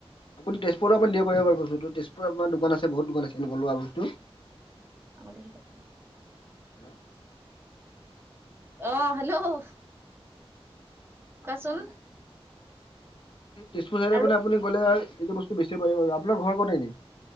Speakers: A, on the left; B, on the right.
A: আপুনি তেজপুৰতো দিব পাৰিবাৰু বস্তুটো তেজপুৰ বহুত দোকান আছে আছে এনেকুৱা লোৱা বস্তু
B: আমালি ভালছিল <unintelligible>
A: হেল্ল'
B: অহ হেল্ল' কোৱাচোন
A: তেজপুৰ চাইডে
B: আৰু
A: মানে আপুনি গ'লে এইটো বস্তু বেছি পাৰিব আৰু আপোনাৰ ঘৰ কত এনেই